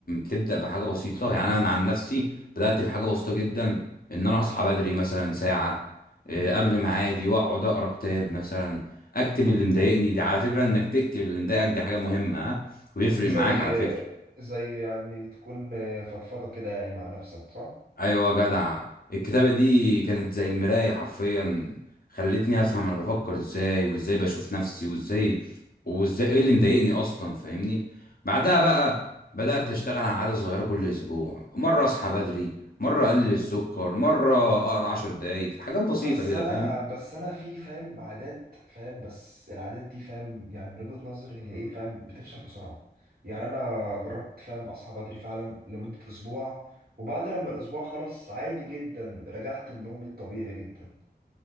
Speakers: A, on the left; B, on the right.
A: تبدا بحاجه بسيطه يعني انا عن نفسي بدات بحاجه بسيطه جدا ان انا
B: امم
A: اصحى بدري مثلا ساعه آه،
B: امم
A: قبل ميعادي واقعد اقرا كتاب مثلا اكتب
B: امم
A: اللي مضايقني دي على فكره انك تكتب اللي مضايقك دي حاجه مهمه ها ويفرق
B: زي
A: معاك على فكره
B: زي يعني تكون فضفضة كده يعني مع نفسك صح
A: ايوه يا جدع الكتابه دي كانت زي المرايه حرفيا خلتني افهم انا بفكر ازاي وازاي بشوف نفسي وازاي وازاي ايه اللي مضايقني اصلا فاهمني بعدها بقى بدات اشتغل على عاده صغيره كل اسبوع مره اصحى بدري مره اقلل السكر مره اقرا عشر دقايق في حاجات بسيطه
B: بس
A: كده
B: انا
A: فاهم
B: بس انا في فاهم عادات فاهم بس العادات دي فاهم يعني من وجهة نظري هي ايه فاهم بتفشل بسرعة يعني انا جربت فاهم اصحى بدري فعلا لمدة اسبوع وبعد لما الاسبوع خلص عادي جدا رجعت لنومي الطبيعي جدا